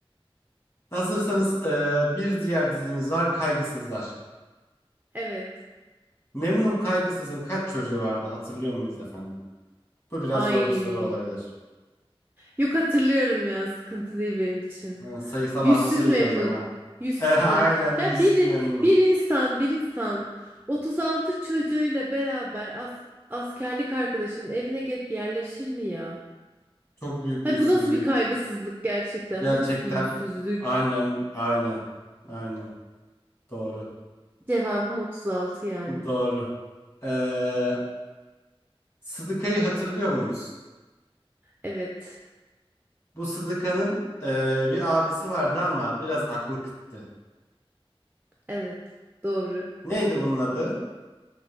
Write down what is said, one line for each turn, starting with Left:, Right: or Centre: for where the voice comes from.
Left: Hazırsanız e, bir diğer dizimiz var Kaygısızlar.
Right: Evet.
Left: Memnun Kaygısız'ın kaç çocuğu vardı hatırlıyor muyuz efendim? Bu biraz
Right: Ay.
Left: zor bir soru olabilir.
Right: Yok hatırlıyorum ya sıkıntı değil benim için.
Left: Ha, sayısal
Right: Yüzsüz
Left: hafıza iyi
Right: memnun.
Left: o zaman.
Right: Yüzsüz
Left: <laughs> E, aynen
Right: memnun.
Left: yüzsüz
Right: Ya bir
Left: memnun.
Right: bir insan bir insan 36 çocuğuyla beraber as- askerlik arkadaşının evine gelip yerleşir mi ya?
Left: Çok büyük
Right: Hay
Left: yüzsüzlük.
Right: bu nasıl bir kaygısızlık gerçekten?
Left: Gerçekten
Right: Bu nasıl bir yüzsüzlük?
Left: aynen aynen aynen doğru
Right: Cevabım 36 yani.
Left: doğru. Ee, Sıdıka'yı hatırlıyor muyuz?
Right: Evet.
Left: Bu Sıdıka'nın e, bir abisi vardı ama biraz aklı kıttı.
Right: Evet. Doğru.
Left: Neydi bunun adı?